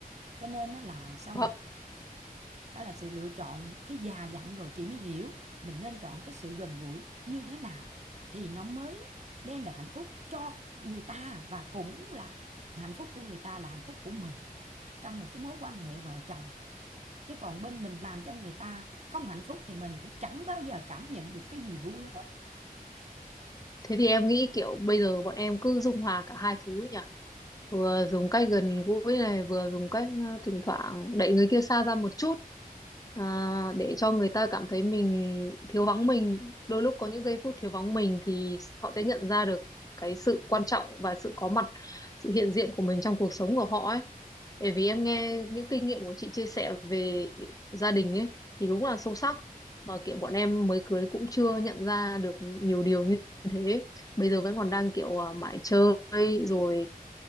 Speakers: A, on the right; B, on the left.
A: cho nên là sau
B: Vâng.
A: này đó là sự lựa chọn khi già dặn rồi chị mới hiểu mình nên chọn cái sự gần gũi như thế nào thì nó mới đem lại hạnh phúc cho người ta và cũng là hạnh phúc của người ta là hạnh phúc của mình trong một cái mối quan hệ vợ chồng chứ còn bên mình làm cho người ta không hạnh phúc thì mình cũng chẳng bao giờ cảm nhận được cái gì vui hết
B: Thế thì em nghĩ kiểu bây giờ bọn em cứ dung hòa cả hai thứ nhỉ? Vừa dùng cách gần gũi này, vừa dùng cách ờ, thỉnh thoảng đẩy người kia xa ra một chút à, để cho người ta cảm thấy mình thiếu vắng mình. Đôi lúc có những giây phút thiếu vắng mình thì họ sẽ nhận ra được cái sự quan trọng và sự có mặt, sự hiện diện của mình trong cuộc sống của họ ấy. Bởi vì em nghe những kinh nghiệm của chị chia sẻ về gia đình ấy thì đúng là sâu sắc mà kiểu bọn em mới cưới cũng chưa nhận ra được nhiều điều như thế bây giờ vẫn còn đang kiểu à, mãi chơi rồi